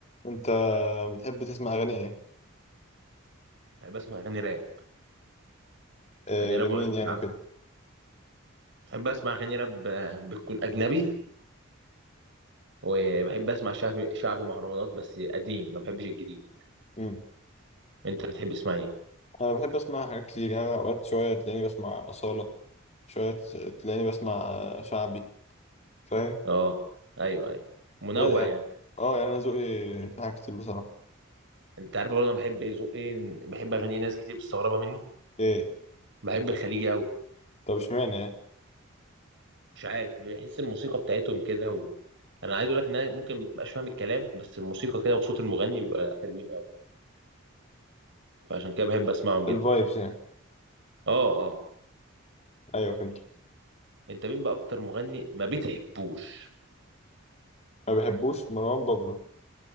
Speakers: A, on the left; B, on the right.
A: انت بتحب تسمع اغاني ايه
B: بحب اسمع اغاني راب
A: آه
B: اغاني
A: لمين
B: راب واغاني
A: يعني
B: شعب
A: وكده
B: بحب اسمع اغاني راب آه، بتكون اجنبي وبحب اسمع شعبي شعبي مهرجانات بس قديم ما بحبش الجديد
A: مم.
B: انت بتحب تسمع ايه
A: انا بحب اسمع حاجات كتير يعني أنا اوقات شويه تلاقيني بسمع اصاله شويه تلاقيني بسمع آه، شعبي فاهم
B: اه ايوه ايوه منوع
A: ب- يعني
B: يعني
A: اه يعني انا ذوقي في حاجات كتير بصراحه
B: انت عارف برضه انا بحب ذوق ايه بحب اغاني ناس كتير مستغربه مني
A: ايه
B: بحب الخليجي قوي
A: طب اشمعنى يعني
B: مش عارف بحس الموسيقى بتاعتهم كده و... انا عايز اقول لك ان انا ممكن مبقاش فاهم الكلام بس الموسيقى كده وصوت المغني بيبقى حلوين قوي فعشان كده بحب اسمعهم جدا
A: الفايبس يعني
B: اه اه
A: ايوه فهمت
B: انت مين بقى اكتر مغني ما بتحبوش
A: ما بحبوش مروان بابلو